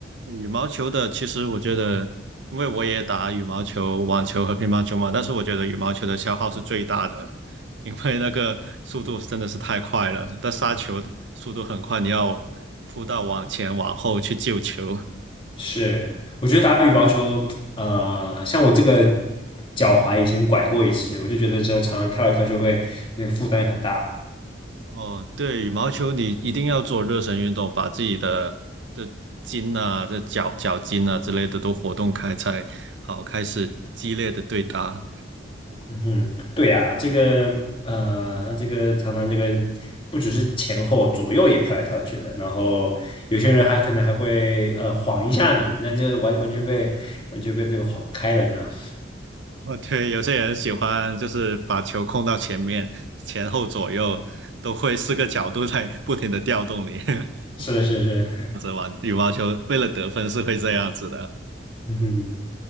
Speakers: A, on the right; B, on the left.
A: 羽毛球的，其实我觉得，因为我也打羽毛球、网球和乒乓球嘛，但是我觉得羽毛球的消耗是最大的，因为那个速度是真的是太快了，那杀球的速度很快，你要扑到网前、往后去救球。
B: 是，我觉得打羽毛球，呃，像我这个脚踝以前拐过一次，我就觉得这常常跳一跳就会那个负担很大。
A: 哦，对，羽毛球你一定要做热身运动，把自己的的筋啊、这脚脚筋啊之类的都活动开，才好开始激烈的对打。
B: 嗯哼，对呀，这个呃，他这个常常这个不只是前后左右也跳来跳去的，然后有些人还可能还会呃晃一下你，那就完完全被完全被这个晃开了这样。<laughs>
A: 哦，对，有些人喜欢就是把球控到前面、前后左右，都会四个角度在不停的调动你。<laughs>
B: 是是是，
A: 啊，羽毛球为了得分是会这样子的，
B: <laughs> 嗯哼，